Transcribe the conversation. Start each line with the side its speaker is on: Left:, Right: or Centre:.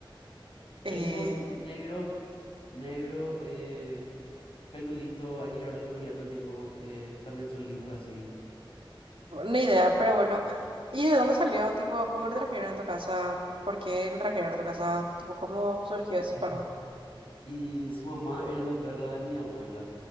Right: eh,
Left: Es tipo n- negro, negro, eh, peludito, hay que llevarle al peluquería todo el tiempo, eh, también son lindos así.
Right: Ni idea, pero bueno. ¿Y de dónde salió? Tipo, ¿cómo le trajeron a tu casa? ¿Por qué le trajeron a tu casa? Tipo, ¿cómo surgió ese
Left: <laughs>
Right: perro?
Left: Y su mamá era la perra de mi abuela.